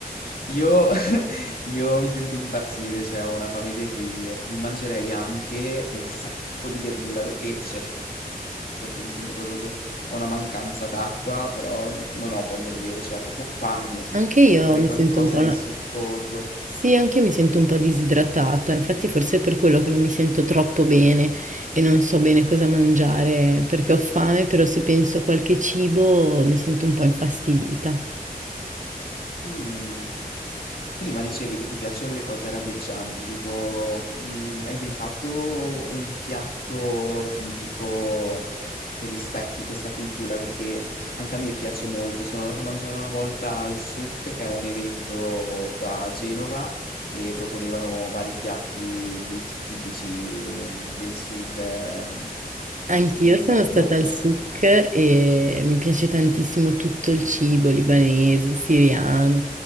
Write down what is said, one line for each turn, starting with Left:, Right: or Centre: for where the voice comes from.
Left: io <laughs> io mi sento impazzire, cioè ho una fame terribile. Mi mangerei anche un sacco di verdura pe e cioè scusami, di frutta, perché mi sento proprio che ho una mancanza d'acqua, però non ho voglia di bere, cioè ho proprio fame.
Right: Anche io
Left: Mi farei
Right: mi
Left: qualcosa
Right: sento un po'... una-
Left: di succoso.
Right: Sì, anche io mi sento un po' disidratata, infatti forse è per quello che non mi sento troppo bene e non so bene cosa mangiare, perché ho fame, però se penso a qualche cibo mi sento un po' infastidita.
Left: Mhmm, prima dicevi che ti piacciono le cose arabeggianti, tipo, mhmm, hai mai fatto un piatto tipico che rispecchi questa cultura? Perché anche a me piace molto. Sono andato a mangiare una volta al souk, che è un evento qua a Genova, e proponevano vari piatti ti tipici, mhmm, del sud, ehm,
Right: Anch'io
Left: del
Right: sono
Left: mondo.
Right: stata al souk e mi piace tantissimo tutto il cibo libanese, siriano,